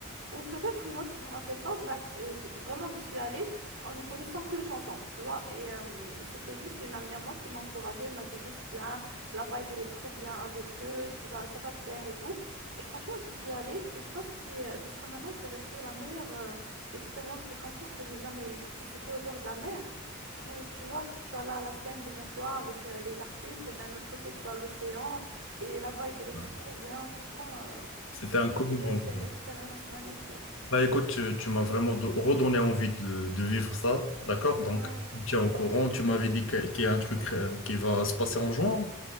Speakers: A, on the right (about 70°); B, on the left (about 70°).
A: ou peut-être une autre, je me rappelle pas. Bref, euh, j'y- vraiment, j'y suis allée en ne connaissant qu'une chanson, tu vois. Et euh, c'était juste une amie à moi qui m'a encouragée, elle m'a dit juste viens, la vibe elle est trop bien avec eux, tu vas, ça va te plaire et tout. Et franchement, j'y suis allée et je pense que c'est euh, jusqu'à maintenant, c'est resté la meilleure euh, expérience de concert que j'ai jamais eue parce que c'était au bord de la mer. Du coup, tu vois, tu as là la scène devant toi avec euh, les artistes et d'un autre côté, tu as l'océan. Et la vibe, elle était
B: ouais.
A: trop bien. Franchement, euh,
B: C'était un
A: les
B: commun
A: concerts, c'est
B: envie.
A: une expérience magnifique.
B: Bah écoute, tu, tu m'as vraiment do- redonné envie de, de vivre ça, d'accord? Donc,
A: Ouais.
B: tu me tiens au courant, tu m'avais dit que- qu'il y a un truc euh, qui va se passer en juin?